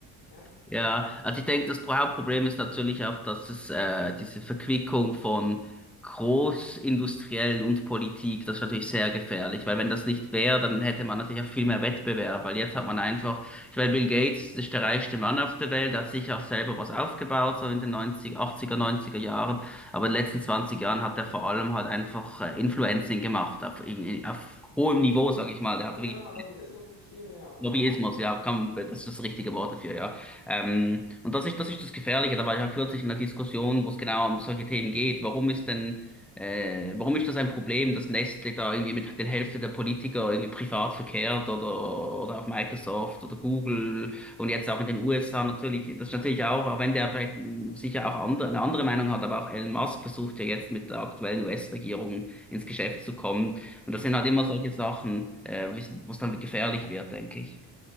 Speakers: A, on the left; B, in the centre.
A: Ja,
B: Ja, also ich denke, das Hauptproblem ist natürlich auch, dass es äh, diese Verquickung von Großindustriellen und Politik, das ist natürlich sehr gefährlich, weil wenn das nicht wäre, dann hätte man natürlich auch viel mehr Wettbewerb, weil jetzt hat man einfach, ich meine, Bill Gates ist der reichste Mann auf der Welt, hat sich auch selber was aufgebaut, so in den 90, 80er, 90er Jahren, aber in den letzten 20 Jahren hat er vor allem halt einfach äh, Influencing gemacht auf, in, in- auf hohem Niveau, sag ich mal, der hat
A: ja
B: wirklich
A: genau, Lobbyismus betrieben, ja, genau.
B: Lobbyismus, ja, komm, das ist das richtige Wort dafür, ja. Ähm, und das ist, das ist das Gefährliche, da war ich ja kürzlich in einer Diskussion, wo es genau um solche Themen geht. Warum ist denn, äh, warum ist das ein Problem, dass Nestle da irgendwie mit der Hälfte der Politiker irgendwie privat verkehrt oder, oder auf Microsoft oder Google und jetzt auch in den USA natürlich, das ist natürlich auch, auch wenn der vielleicht mh, sicher auch andere, eine andere Meinung hat, aber auch Elon Musk versucht ja jetzt mit der aktuellen US-Regierung ins Geschäft zu kommen. Und das sind halt immer
A: Ja.
B: solche Sachen, äh, wo es wo es dann gefährlich wird, denke ich.